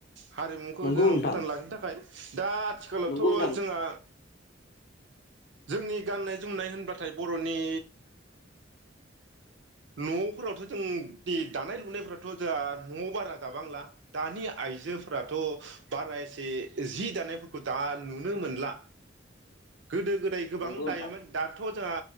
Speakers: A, on the right; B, on the left.
A: हारिमुखो
B: नंगौ
A: जों
B: नोंथां
A: फोथांना लाखिनो थाखाय दा आथिखालावथ'
B: नंगौ नोंथां
A: जोङा जोंनि गाननाय जोमनाय होनबाथाय बरनि <unintelligible> न'फोरावथ जों दे दानाय लुनायफोराथ जोंहा न'आव बारा दाबांला दानि आइजोफोराथ बारा एसे जि दानायफोरखौ दा नुनो मोनला गोदो गोदाय गोबां
B: नंगौ नोंथां
A: दायोमोन दाथ जोआ